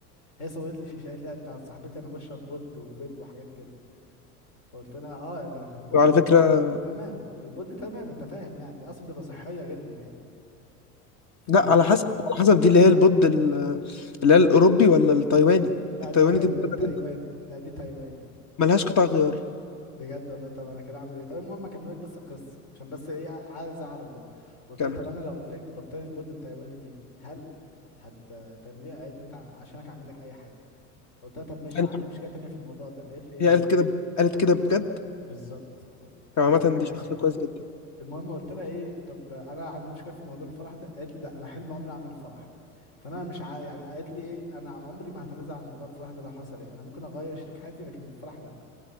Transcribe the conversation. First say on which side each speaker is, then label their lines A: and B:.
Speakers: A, on the left; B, on the left.
A: هي صورت لي شيشة قالت لي لا بتاعت صاحبتي انا بشرب بود وفيب وحاجات كده فقلت لها اه لو كان بود
B: وعلى
A: فتم-
B: فكرة
A: فتمام البود تمام انت فاهم يعني دي اصلا بتبقى صحية جدا يعني ف
B: لا على حسب على حسب دي اللي هي البود ال- اللي هي الأوروبي ولا التايواني
A: لا
B: التايواني
A: دي تايوا...
B: دي مضرة
A: تايواني
B: جدا
A: لا دي تايواني
B: ملهاش قطع غيار
A: بجد والله طب انا كده اعمل ايه طب المهم اكملك بس القصة عشان بس ايه عايز اعرف بس فقلت
B: كامل
A: لها طب انا لو قلت لك تبطلي البود التايواني دي هل هتعمليها قالت لي انت عشانك اعمل لك اي حاجة فقلت لها طب ماشي
B: ثانية
A: انا عندي
B: واحدة.
A: مشكله تانية في الموضوع ده قالت لي ايه
B: هي قالت
A: هو
B: كده قالت كده بجد
A: بالظبط قالت
B: هو عامة
A: لي اعمل لك
B: دي
A: اي
B: شخص
A: حاجه
B: كويس جدا
A: المهم قلت لها ايه طب انا عندي مشكله في موضوع الفرح ده قالت لي ده انا حلم عمري اعمل فرح فانا مش ع... يعني قالت لي ايه انا عمري ما هتنازل عن موضوع الفرح ده لو حصل ايه انا ممكن اغير شريك حياتي لكن الفرح لا